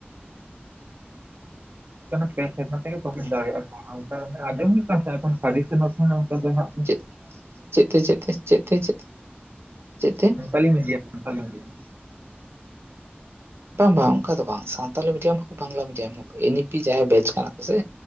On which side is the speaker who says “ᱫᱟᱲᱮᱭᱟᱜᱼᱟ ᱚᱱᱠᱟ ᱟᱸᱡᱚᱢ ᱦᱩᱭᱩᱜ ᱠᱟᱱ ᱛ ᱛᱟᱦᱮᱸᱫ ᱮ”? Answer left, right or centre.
Right